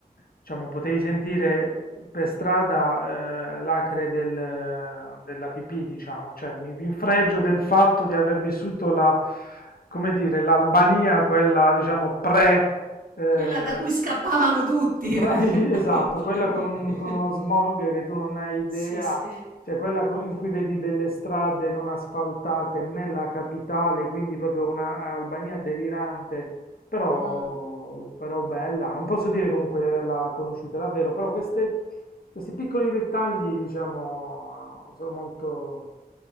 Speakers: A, on the left; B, on the right.
A: diciamo, potevi sentire per strada eh, l'acre del- della pipì, diciamo, cioè mi mi infreggio del fatto di aver vissuto la, come dire, l'Albania, quella, diciamo, pre... eh,
B: Quella da cui scappavano tutti
A: bravi-
B: praticamente.
A: <laughs> esatto, quella con un- con uno smog
B: <laughs>
A: che tu non hai idea
B: Sì, sì.
A: cioè quella co- in cui vedi delle strade non asfaltate nella capitale, quindi proprio una Albania delirante, però,
B: Mm,
A: però bella. Non posso dire comunque di averla conosciuta davvero, però queste- questi piccoli dettagli, diciamo, sono molto,